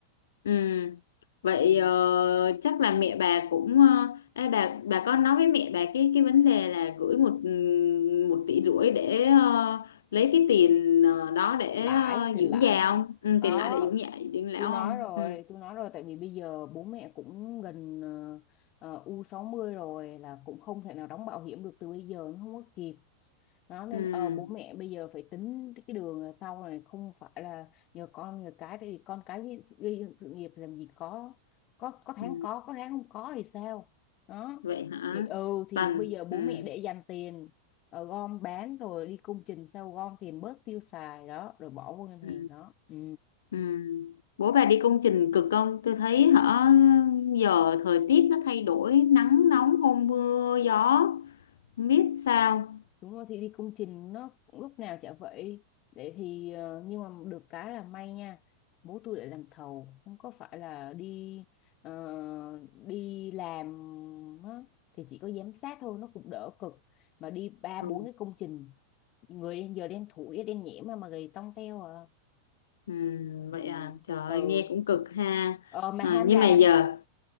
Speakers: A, on the left (about 65°); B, on the left (about 35°).
A: Ừ. Vậy
B: ừ.
A: ờ, chắc là mẹ bà cũng ờ, ê, bà bà có nói với mẹ bà cái cái vấn đề là gửi một ừm, một tỷ rưỡi để ờ, lấy cái tiền ờ, đó để
B: lãi
A: ờ,
B: tiền
A: dưỡng
B: lãi
A: già
B: đó
A: không? Ừ,
B: có
A: tiền lãi để dưỡng già dưỡng lão
B: tôi nói
A: không?
B: rồi
A: Ừ.
B: tôi nói rồi tại vì bây giờ bố mẹ cũng gần ờ, ờ, U60 rồi là cũng không thể nào đóng bảo hiểm được từ bây giờ nó không có kịp nó nên
A: Ừ.
B: ờ, bố mẹ bây giờ phải tính cái đường là sau này không phải là nhờ con nhờ cái tại vì con cái gây gây dựng sự nghiệp làm gì có có có tháng
A: Ừ.
B: có có tháng không có thì sao đó
A: Vậy hả?
B: thì ừ thì
A: Cần.
B: bây giờ bố
A: Ừ.
B: mẹ để dành tiền ờ, gom bán rồi đi công trình sau gom tiền bớt tiêu xài đó rồi bỏ vô ngân
A: Ừ.
B: hàng đó ừ
A: Ừ. Bố bà đi công trình cực không? Tôi thấy hả giờ thời tiết nó thay đổi nắng nóng hôm mưa gió không biết sao.
B: đúng rồi thì đi công trình nó cũng lúc nào chả vậy để thì ờ, nhưng mà được cái là may nha bố tôi lại làm thầu không có phải là đi ờ, đi làm á, thì chỉ có giám sát thôi nó cũng đỡ cực mà đi ba
A: Ừ.
B: bốn cái công trình người đen giờ đen thủi đen nhẽm mà mà gầy tông teo à
A: Ừ,
B: ừ
A: vậy à trời ơi,
B: ừ
A: nghe cũng cực ha
B: ờ, mà
A: à,
B: ham
A: nhưng
B: làm
A: mà giờ